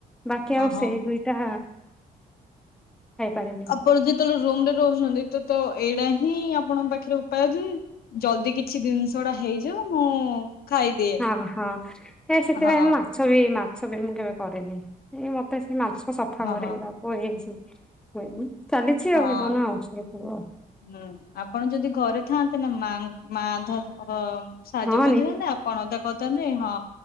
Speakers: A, in the centre; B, on the left.
A: ବାକି
B: ହଁ
A: ଆଉ
B: ହଁ।
A: ସେଇ ଦୁଇଟା ଖାଇପାରେନି
B: ଆପଣ ଯେତେବେଳେ ରୁମରେ ରହୁଛନ୍ତି ତ ତ ଏଇଡା ହିଁ ଆପଣଙ୍କ ପାଖରେ ଉପାୟ ଜେ ଜଲଦି କିଛି ଜିନିଷଡା ହେଇଯାଉ ମୁଁ ଖାଇଦିଏ
A: ହଁ ହଁ ନାଇଁ ସେଥିପାଇଁ
B: ହଁ
A: ମୁଁ ମାଛ ବି ମାଛ ବି ମୁଁ କେବେ କରେନି ଏ ମତେ ସେ ମାଛ ସଫା
B: ହଁ
A: କରିବାକୁ
B: ହଁ।
A: ତାକୁ <inaudible> ଚାଲିଛି
B: ହଁ
A: ଆଉ ଜୀବନ ଆଉ ସୁରୁଖୁରୁ ଆଉ।
B: ହୁଁ ଆପଣ ଯଦି ଘରେ ଥାଆନ୍ତେ ନା ମା ମାଧ ସାହାଯ୍ୟ
A: ହଁ
B: କରିଦେଇଥାନ୍ତେ ଆପଣ ତା କହିଥାନ୍ତେ ହଁ।